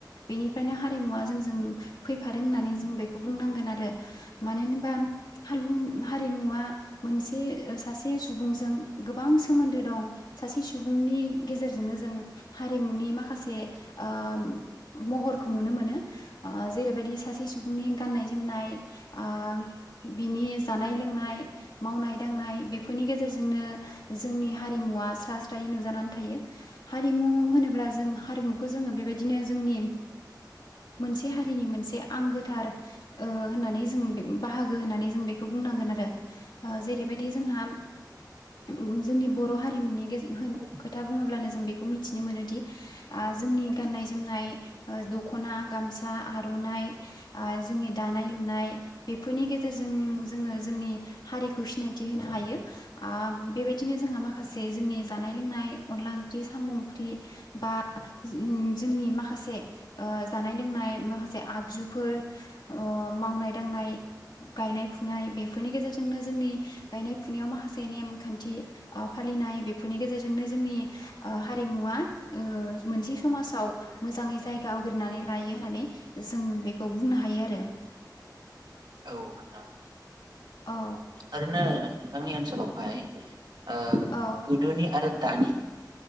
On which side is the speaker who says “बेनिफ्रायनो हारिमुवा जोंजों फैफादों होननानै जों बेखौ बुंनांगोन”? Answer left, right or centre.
Left